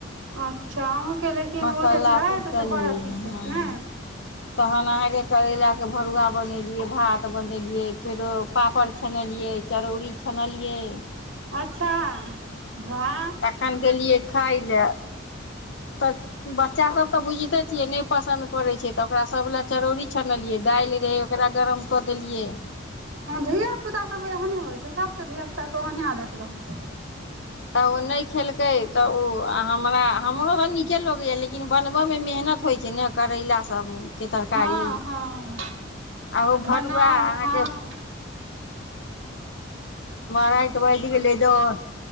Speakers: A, on the right; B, on the left.
A: अच्छा अहुकेँ लेकिन
B: मसाला
A: ओ जे छैत
B: पीसलियै
A: से बड़ अथी
B: हँ
A: छैथ ने
B: तहन अहाँके करैला केँ भरुआ बनेलियै भात बनेलियै फेरो पापड़ छनेलियै चरौरी छनलियै
A: अच्छा वाह
B: तखन गेलिय खाय लय तऽ बच्चा सब तऽ बुझिते छियैक नहि पसन्द करै छैक तऽ ओकरा सब लए चरौरी छनलियै दालि रहय ओकरा गरम कऽ देलियै
A: धिया पुता सब ओहने होइ छै सबके धिया पुता केँ ओहने आदैत रहय
B: तऽ ओ नहि खेलकय तऽ ओ हमरा हमरो तऽ नीके लगे अछि लेकिन बनबय मे मेहनत होइत छैक। जे ने करैला सभकेँ तरकारी
A: हँ हँ
B: आ ओहो
A: बनाउ
B: भरुआ अहाँके
A: खाउ
B: राइत बाइज गेलैक दस